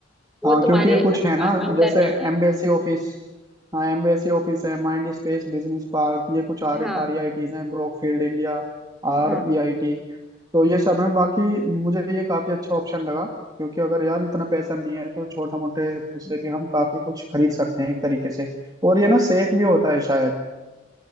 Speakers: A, in the centre; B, on the right.
A: वो
B: हाँ क्योंकि
A: तुम्हारे
B: ये
A: अ-
B: कुछ है ना
A: अ- अंडर
B: जैसे
A: नहीं है
B: एमबीएससी ऑफिस हाँ एमबीएससी ऑफिस है माइंड स्पेस बिजनेस पार्क ये कुछ आर
A: हाँ
B: आर हैं Brookfield India R
A: हाँ
B: E I T तो ये सब है बाकी मुझे ये काफी अच्छा ऑप्शन लगा क्योंकि अगर यार इतना पैसा नहीं है तो छोटा मोटे उससे भी हम काफी कुछ खरीद सकते हैं एक तरीके से और ये ना सेफ भी होता है शायद